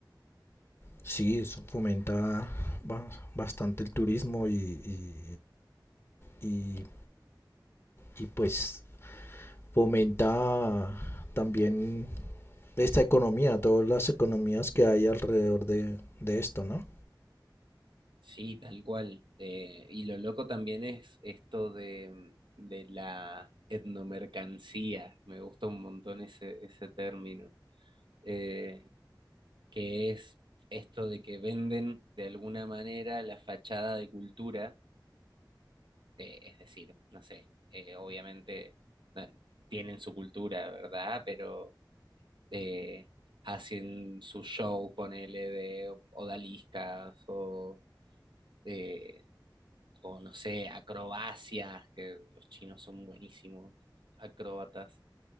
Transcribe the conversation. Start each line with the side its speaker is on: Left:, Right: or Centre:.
Left: Sí, eso fomenta ba- bastante el turismo y, y- y- y, pues fomenta también esta economía, todas las economías que hay alrededor de, de esto, ¿no?
Right: Sí, tal cual. Eh, y lo loco también es esto de, de la etnomercancía. Me gusta un montón ese, ese término. Eh, que es esto de que venden de alguna manera la fachada de cultura, eh, es decir, no sé, eh, obviamente no, tienen su cultura, ¿verdad? Pero eh, hacen su show, ponele, de odaliscas o, eh, o no sé, acrobacias, que los chinos son buenísimos, acróbatas.